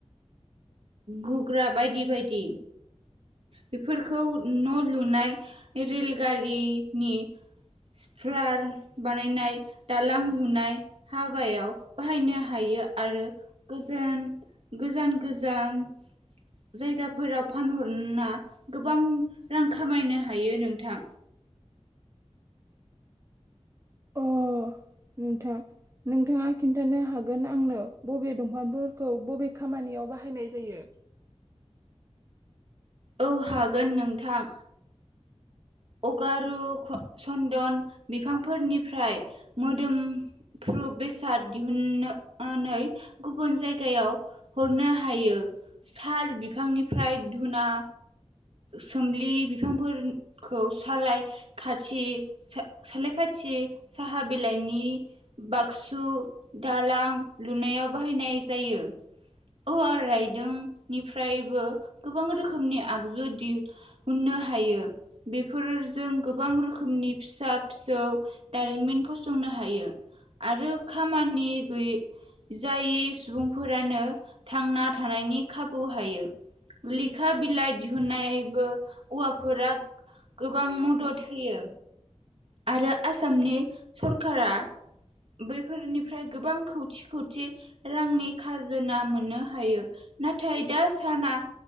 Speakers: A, on the right (about 55°); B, on the right (about 25°).
A: गुग्रा बायदि बायदि बेफोरखौ न लुनाय रेलगारिनि सप्लार बानायनाय दालां लुनाय हाबायाव बाहायनो हायो आरो गोजोन गोजान गोजान जायगाफोराव फानहर ना गोबां रां खामायनो हायो नोंथां।
B: अ नोंथां नोंथाङा खिन्थानो हागोन आंनो बबे दंफांफोरखौ बबे खामानियाव बाहायनाय जायो।
A: औ हागोन नोंथां। अगारु सन्दन बिफांफोरनिफ्राय मोदोमफ्रु बेसाद दिहुनानै गुबुन जायगायाव हरनो हायो साल बिफांनिफ्राय धुना सोमलि बिफांफोरखौ सलाय खाथि सलाय खाथि साहा बिलाइनि बाक्सु दालां लुनायाव बाहायनाय जायो औवा रायदोंनिफ्रायबो गोबां रोखोमनि आगजु दिहुननो हायो। बेफोरजों गोबां रोखोमनि फिसा फिसौ दारिमिन फसंनो हायो आरो खामानि गैयै जायै सुबुंफोरानो थांना थानायनि खाबु हायो। लेखा बिलाइ दिहुनन्नाय नायबो औवाफोरा गोबां मदद होयो। आरो आसामनि सरकारा बैफोरनिफ्राय गोबां खौथि खौथि रांनि खाजोना मोननो हायो। नाथाय दा साना